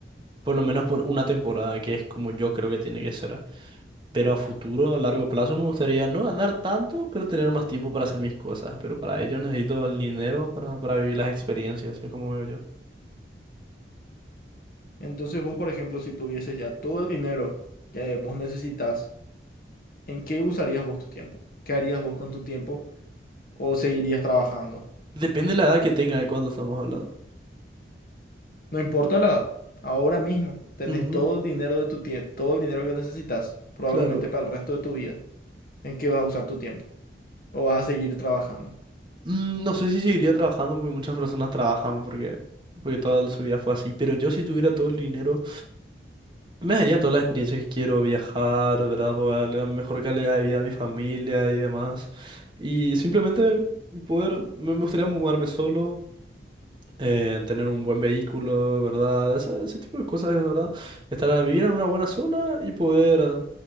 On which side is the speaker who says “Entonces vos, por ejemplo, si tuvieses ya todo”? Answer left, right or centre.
Left